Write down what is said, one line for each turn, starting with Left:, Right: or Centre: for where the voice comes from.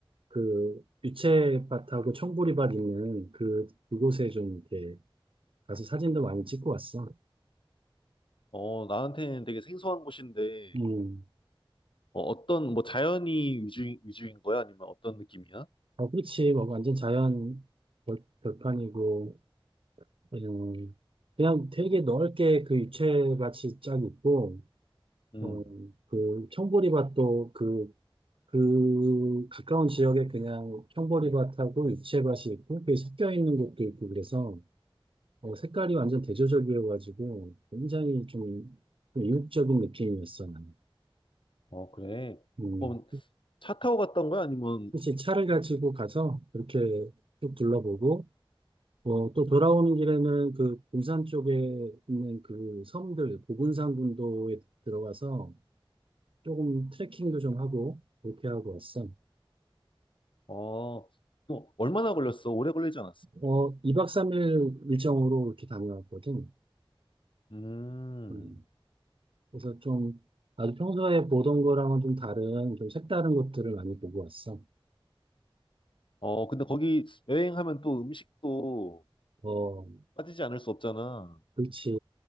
Right: 그 유채밭하고 청보리밭 있는 그 그곳에 좀 이렇게 가서 사진도 많이 찍고 왔어.
Left: 어, 나한테는 되게 생소한 곳인데,
Right: 음.
Left: 어, 어떤, 뭐, 자연이 위주, 위주인 거야? 아니면 어떤 느낌이야?
Right: 아, 그렇지. 뭐 완전 자연 벌- 벌판이고 음, 그냥 되게 넓게 그 유채밭이 쫙 있고
Left: 음,
Right: 어, 그 청보리밭도 그 그 가까운 지역에 그냥 형보리밭하고 육채밭이 있고 그게 섞여 있는 곳도 있고 그래서 어, 색깔이 완전 대조적이어가지고 굉장히 좀, 좀 이국적인 느낌이었어 나는.
Left: 어, 그래.
Right: 음,
Left: 어, 차 타고 갔던 거야? 아니면,
Right: 혹시 차를 가지고 가서 그렇게 쭉 둘러보고 어, 또 돌아오는 길에는 그 군산 쪽에 있는 그 섬들 고군산 군도에 들어가서 조금 트레킹도 좀 하고 그렇게 하고 왔어.
Left: 어, 또 얼마나 걸렸어? 오래 걸리지 않았어?
Right: 어, 2박 3일 일정으로 이렇게 다녀왔거든.
Left: 음,
Right: 음, 그래서 좀 아주 평소에 보던 거랑은 좀 다른 좀 색다른 것들을 많이 보고 왔어.
Left: 어, 근데 거기 여행하면 또 음식도
Right: 어,
Left: 빠지지 않을 수 없잖아.
Right: 그렇지.